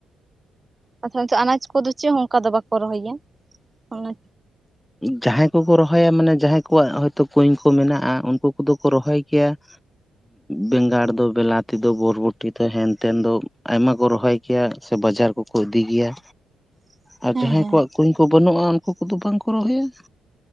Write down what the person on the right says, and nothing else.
ᱚ ᱛᱟᱦᱚᱞᱮ ᱱᱤᱛᱚᱜ ᱟᱱᱟᱡᱽ ᱠᱚᱫᱚ ᱪᱮᱫ ᱦᱚᱸ ᱚᱱᱠᱟ ᱫᱚ ᱵᱟᱠᱚ ᱨᱚᱦᱚᱭᱟ? ᱚᱱᱟ
<unintelligible>
ᱦᱮᱸ
ᱦᱮᱸ